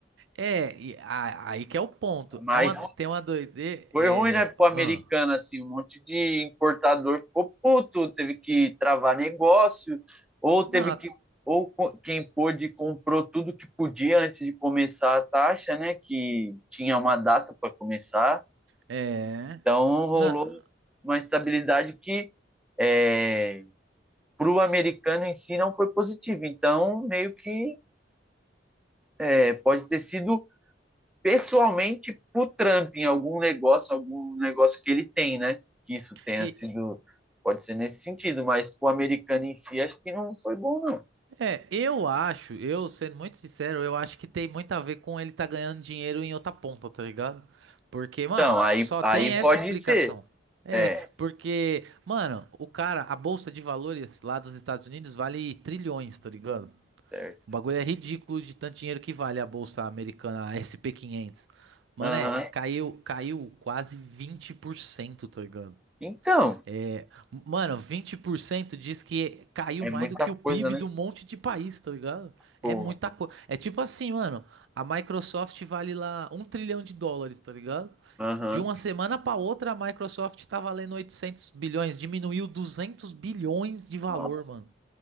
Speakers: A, on the right; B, in the centre.
A: É, e a- aí que é o ponto.
B: Mas
A: É uma, tem uma doideira.
B: Foi
A: É,
B: ruim, né, pro americano,
A: ahn.
B: assim, um monte de importador ficou puto, teve que travar negócio, ou teve
A: Não,
B: que, ou co- quem pôde comprou tudo que podia antes de começar a taxa, né, que tinha uma data para começar,
A: É.
B: então rolou
A: Na...
B: uma estabilidade que é, para o americano em si não foi positivo, então meio que é, pode ter sido pessoalmente pro Trump em algum negócio, algum negócio que ele tem, né? Que isso tenha
A: E,
B: sido, pode ser nesse sentido, mas pro americano em si acho que não foi bom, não.
A: é, eu acho, eu sendo muito sincero, eu acho que tem muito a ver com ele tá ganhando dinheiro em outra ponta, tá ligado? Porque, mano,
B: Então, aí,
A: só
B: aí
A: tem essa
B: pode
A: explicação.
B: ser.
A: É,
B: É,
A: porque, mano, o cara, a bolsa de valores lá dos Estados Unidos vale trilhões, tá ligado?
B: certo.
A: O bagulho é ridículo de tanto dinheiro que vale a bolsa americana, a SP 500. Mano,
B: Aham.
A: é, caiu, caiu quase 20%, tá ligado?
B: Então,
A: É, mano, 20% diz que caiu
B: é
A: mais
B: muita
A: do que o PIB
B: coisa, né?
A: do monte de país, tá ligado?
B: Pô,
A: É muita coisa. É tipo assim, mano, a Microsoft vale lá um trilhão de dólares, tá ligado?
B: aham.
A: De uma semana pra outra, a Microsoft tá valendo oitocentos bilhões, diminuiu duzentos bilhões de valor,
B: Ó,
A: mano.